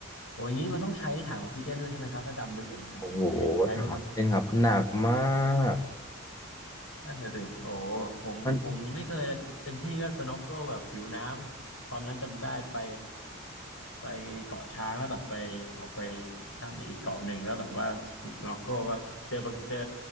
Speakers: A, on the left; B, on the left.
A: โอ้อย่างนี้มันต้องใช้ถังออกซิเจนด้วยใช่ไหมครับถ้าดำลึกแบบนั้นสิบเมตรใช่ไหมครับ
B: โอ้โห ถามเล่นครับหนักมาก
A: นั่นน่ะสิโอ้ผมผมยังไม่เคยเลย
B: มัน
A: ผมเต็มที่ก็สน็อกเกิลแบบผิวน้ำ ตอนนั้นจำได้ไปไปเกาะช้างแล้วแบบไปออกไปข้ามไปอีกเกาะหนึ่งแล้วแบบว่าสน็อกเกิลก็เจอปะเจอ